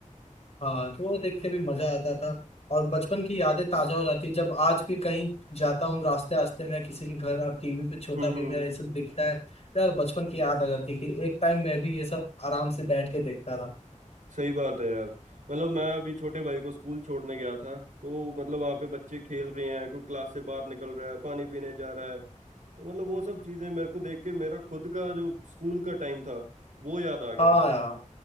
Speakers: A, on the left (about 55°); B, on the right (about 80°).
A: हाँ तो वो देखते भी मजा आता था और बचपन की यादें ताजा हो जाती है जब आज भी कहीं जाता हूँ रास्ते रास्ते में किसी के घर और टीवी पे छोटा
B: हम्म
A: भी
B: हम्म
A: मेरा ये सब दिखता है तो यार बचपन की याद आ जाती है कि एक टाइम मैं भी ये सब आराम से बैठ के देखता था
B: सही बात है यार मतलब मैं अभी छोटे भाई को स्कूल छोड़ने गया था तो मतलब वहाँ पे बच्चे खेल रहे हैं कोई क्लास से बाहर निकल रहा है पानी पीने जा रहा है तो मतलब वो सब चीजें मेरे को देख के मेरा खुद का जो स्कूल का टाइम था वो याद आ गया
A: हाँ यार